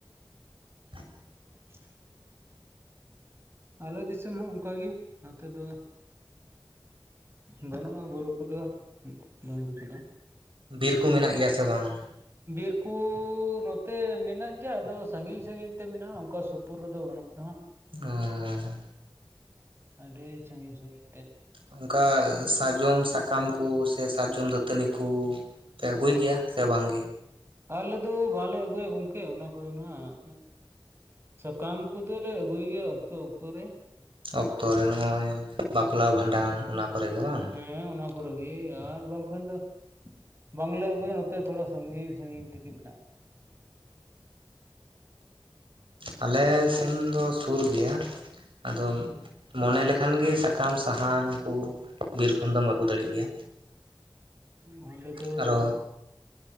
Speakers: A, on the right; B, on the right.
A: ᱟ <unintelligible>
B: <inaudible> ᱟᱞᱮ ᱫᱤᱥᱚᱢ ᱦᱚᱸ ᱚᱱᱠᱟᱜᱤ ᱱᱚᱛᱮ ᱫᱚ ᱵᱟᱹᱱᱩᱜᱼᱟ, ᱵᱩᱨᱩ ᱠᱚᱫᱚ ᱰᱩᱝᱨᱤ ᱠᱚᱫᱚ᱾
A: ᱵᱤᱨ ᱠᱚ ᱢᱮᱱᱟᱜ ᱜᱮᱭᱟ ᱥᱮ ᱵᱟᱝ?
B: ᱵᱤᱨᱠᱩ ᱱᱚᱛᱮ ᱢᱮᱱᱟᱜ ᱜᱮᱭᱟ ᱟᱫᱚ ᱥᱟᱹᱜᱤᱧ ᱥᱟᱹᱜᱤᱧ ᱛᱮ ᱢᱮᱱᱟᱜᱼᱟ᱾ ᱚᱱᱠᱟ ᱥᱩᱯᱩᱨ ᱨᱮᱫᱚ ᱵᱟᱹᱱᱩᱜᱼᱟ ᱱᱟᱦᱟᱜ᱾
A: ᱟᱹᱻ᱾
B: ᱟᱰᱤ ᱥᱟᱹᱜᱤᱧ ᱥᱟᱹᱜᱤᱧ ᱛᱮ᱾
A: ᱚᱱᱠᱟ ᱥᱟᱨᱡᱚᱢ ᱥᱟᱠᱟᱢ ᱠᱩ ᱥᱮ ᱥᱟᱨᱡᱚᱢ ᱫᱟᱹᱛᱟᱹᱱᱤ ᱠᱚ ᱠᱩ ᱯᱮ ᱟᱹᱜᱩᱭ ᱜᱮᱭᱟ ᱥᱮ ᱵᱟᱝ ᱜᱮ?
B: ᱟᱞᱮ ᱫᱚ ᱵᱟᱞᱮ ᱟᱹᱜᱩᱭᱟ ᱜᱚᱝᱠᱮ ᱚᱱᱟ ᱠᱚᱫᱚ ᱱᱟᱦᱟᱸᱜ᱾ ᱥᱟᱠᱟᱢ ᱠᱚᱫᱚᱞᱮ ᱟᱹᱜᱩᱭ ᱜᱮᱭᱟ ᱚᱠᱛᱚ ᱚᱠᱛᱚ ᱨᱮ᱾
A: ᱚᱠᱛᱚᱮ ᱱᱚᱜᱼᱚᱭ ᱵᱟᱯᱞᱟ ᱵᱷᱟᱸᱰᱟᱱ ᱚᱱᱟ ᱠᱚᱨᱮ ᱜᱮ ᱵᱟᱝ?
B: ᱦᱮᱸ ᱚᱱᱟ ᱠᱚᱨᱮ ᱜᱮ ᱟᱨ ᱵᱟᱝᱠᱷᱟᱱ ᱫᱚ ᱵᱟᱝᱞᱮ ᱟᱹᱜᱩᱭᱟ ᱱᱚᱛᱮ ᱛᱷᱚᱲᱟ ᱥᱟᱹᱜᱤᱧ ᱥᱟᱹᱜᱤᱧ ᱛᱮᱜᱤ ᱢᱮᱱᱟᱜᱼᱟ᱾
A: ᱟᱸᱻ᱾ ᱟᱞᱮ ᱥᱮᱱ ᱫᱚ ᱥᱩᱨ ᱜᱮᱭᱟ ᱟᱫᱚ ᱢᱚᱱᱮ ᱞᱮᱠᱷᱟᱱ ᱜᱮ ᱥᱟᱠᱟᱢ ᱥᱟᱦᱟᱱ ᱠᱚ ᱵᱤᱨ ᱠᱷᱚᱱ ᱫᱚᱢ ᱟᱹᱜᱩ ᱫᱟᱲᱮᱜ ᱜᱮᱭᱟ᱾
B: ᱦᱚ ᱞᱟᱹᱭ ᱢᱮ?
A: ᱟᱨᱚ